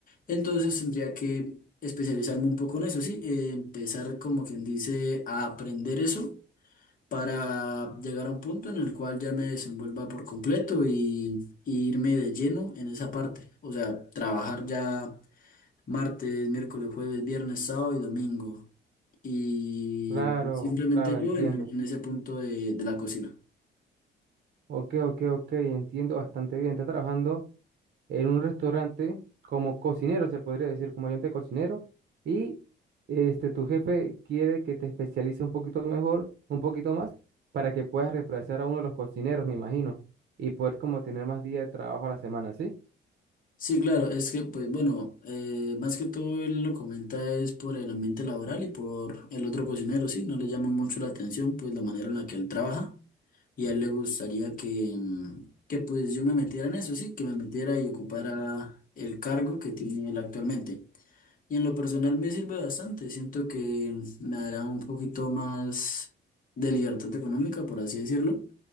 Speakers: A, on the left (about 45°); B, on the right (about 55°).
A: Entonces tendría que especializarme un poco en eso, sí. eh, empezar, como quien dice, a aprender eso para llegar a un punto en el cual ya me desenvuelva por completo y, y irme de lleno en esa parte. O sea, trabajar ya martes, miércoles, jueves, viernes, sábado y domingo. Y
B: Claro,
A: pues, simplemente
B: claro,
A: yo
B: entiendo.
A: en, en ese punto de, de la cocina.
B: Ok, ok, ok, entiendo bastante bien. Estás trabajando en un restaurante como cocinero, se podría decir, como ayudante cocinero, y este, tu jefe quiere que te especialices un poquito mejor, un poquito más, para que puedas reemplazar a uno de los cocineros, me imagino, y poder como tener más días de trabajo a la semana, ¿sí?
A: Sí, claro, es que, pues bueno, eh, más que todo él lo comenta es por el ambiente laboral y por el otro cocinero, sí, no le llama mucho la atención, pues la manera en la que él trabaja y a él le gustaría que, mm, que pues yo me metiera en eso, sí, que me metiera y ocupara el cargo que tiene él actualmente. Y en lo personal me sirve bastante, siento que me dará un poquito más de libertad económica, por así decirlo